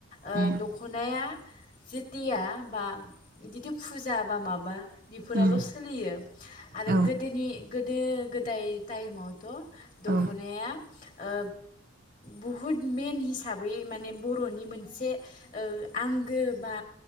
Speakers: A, on the left; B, on the right.
A: ओ
B: उम
A: दख'नाया जेटिया बा बिदिथ' फुजा बा माबा बेफोरावल'
B: उम
A: सोलियो आरो
B: औ
A: गोदोनि गोदो गोदाय टाइमाव थ' दख'नाया
B: औ
A: ओ बुहुद मेन हिसाबै माने बर'नि मोनसे ओ आंगो बा